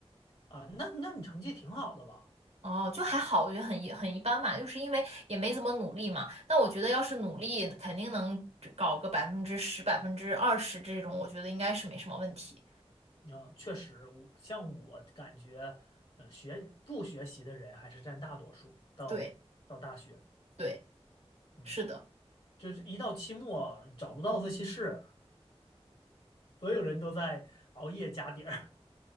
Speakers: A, on the left (about 55°); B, on the right (about 75°).
A: 啊，那那你成绩挺好的了。
B: 哦，就还好，我觉得很一很一般吧，就是因为也没怎么努力嘛。那我觉得要是努力，肯定能搞个百分之十、百分之二十这种，我觉得应该是没什么问题。
A: 嗯，确实，我像我感觉，呃，学不学习的人还是占大多数。到到大学，
B: 对对，
A: 嗯，
B: 是的。
A: 就是一到期末找不到自习室，所有人都在熬夜加点儿。